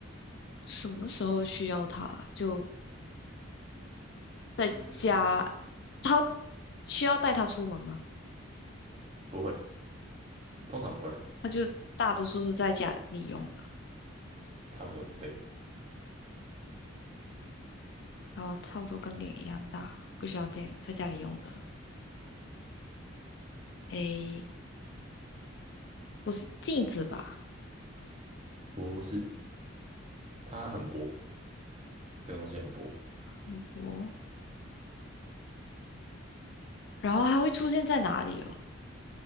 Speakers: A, on the left; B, on the right.
A: 什么时候需要它？就在家，
B: 嗯，是
A: 他需要带它出门吗？
B: 不会，通常不会啊，
A: 他就大多数是在家里用的，
B: 差不多，对，
A: 然后差不多跟脸一样大，不需要垫，在家里用的。诶，不是镜子吧？
B: 不是，它很薄，这个东西很薄，
A: 很薄。然后它会出现在哪里哦？